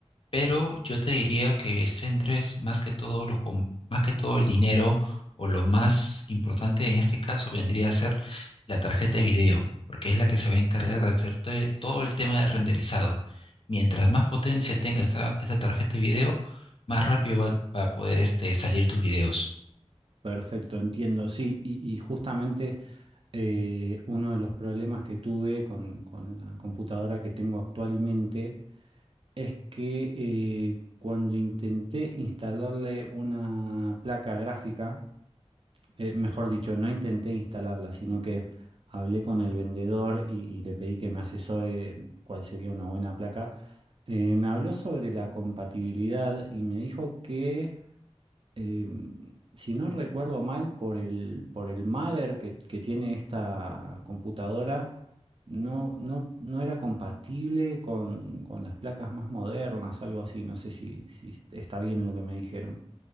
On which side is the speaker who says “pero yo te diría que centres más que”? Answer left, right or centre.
Left